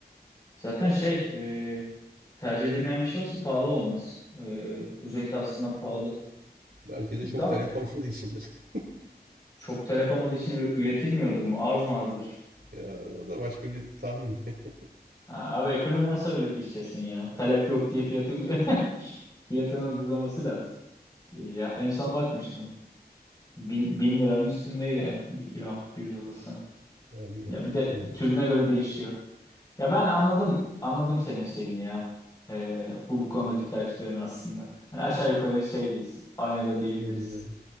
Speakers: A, on the left; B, on the right.
A: zaten şey e, tercih edilmeyen bir şey olsa pahalı olmaz. E, kuzey aslında pahalı.
B: Belki de
A: Dan,
B: çok talep olmadığı içindir. <laughs>
A: çok talep olmadığı için üre- üretilmiyordur mu? Arz mı azdır?
B: Ya o da başka bir tahmin. <laughs>
A: Ha, abi ekonomi nasıl öyle işlesin ya? Talep yok diye fiyatı ucu <laughs> fiyatının ucuzlaması lazım. E, Ya en son bakmıştım. Bin, bin liranın üstündeydi bir kilo pirzolası.
B: Ya bilmiyorum.
A: Ya bir de
B: Hani
A: türüne göre değişiyor. Ya ben anladım anladım senin şeyini ya. E, bu bu konudaki tercihlerin aslında. Hani aşağı yukarı şeydeyiz. Aynı da diyebiliriz.
B: aynen aynen.